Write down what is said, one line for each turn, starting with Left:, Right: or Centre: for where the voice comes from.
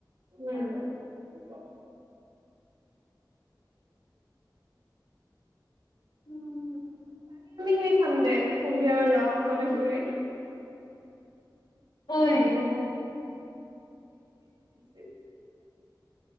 Right: উম
Left: হয়, হয়।
Right: <inaudible> <inaudible> আমি
Left: উম
Right: সেই খাম দে, কুঁহিয়াৰ ৰস গণেশগুৰিত।
Left: ঐ
Right: অন। অ', <inaudible>